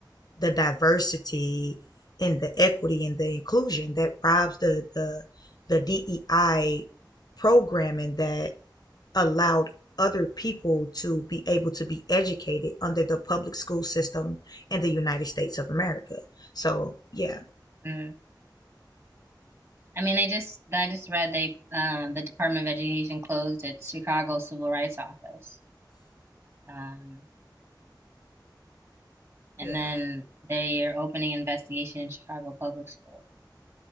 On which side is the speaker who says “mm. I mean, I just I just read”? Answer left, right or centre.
Right